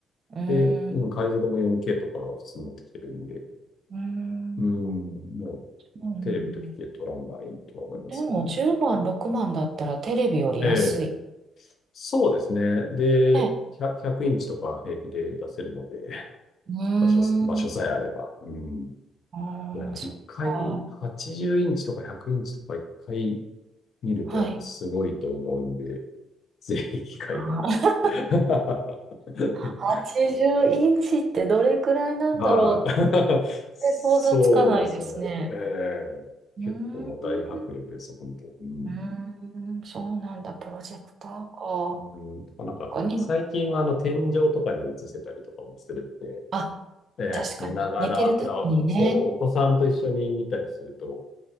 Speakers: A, on the right; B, on the left.
A: うん、
B: で、うん、解像度も 4K とかが普通になってきてるんで、
A: うん、
B: うん、もう
A: うん。
B: テレビと比較取らないとは思いますけどね。
A: でも10万、6万だったらテレビより安い。
B: ええ、そうですね。で、
A: ね。
B: 100、ひゃくインチとか平気で出せるので、<laughs>
A: うー
B: 場所、場所さえあれば。
A: ん、う
B: うん。
A: ー
B: いや、
A: ん、そっか。
B: 一回、80インチとか100インチとか一回見るとやっぱすごいと思うんで、
A: はい。
B: <laughs> ぜひ機会があったら。
A: あー
B: <laughs>
A: 80インチってどれくらいなんだろうって、
B: はい。<laughs>
A: 全
B: そうですよね。
A: 然想像つかないですね。
B: ええ結構大迫力ですよ、
A: うーん、う
B: 本当。うん。
A: ーん、そうなんだ、プロジェクターか。
B: うん、とかなんか、
A: 他に
B: 最近はあの天井とかに映せたりとかもするんで、
A: あ、
B: ええ寝ながら、
A: 確かに、寝てるときにね。
B: だ、そう、お子さんと一緒に見たりすると